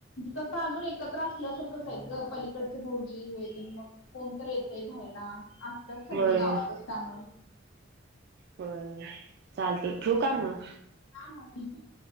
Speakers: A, on the left; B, on the right.
A: तसं अजून एकत्र असल्यासारखंच आहेत ग पलीकडचे भाऊजी हे ते मग कोणत येतय घ्यायला असतात सगळी
B: होय
A: गावातच त्यामुळे
B: होय चालते ठेवू का मग
A: हा हा ठीक आहे.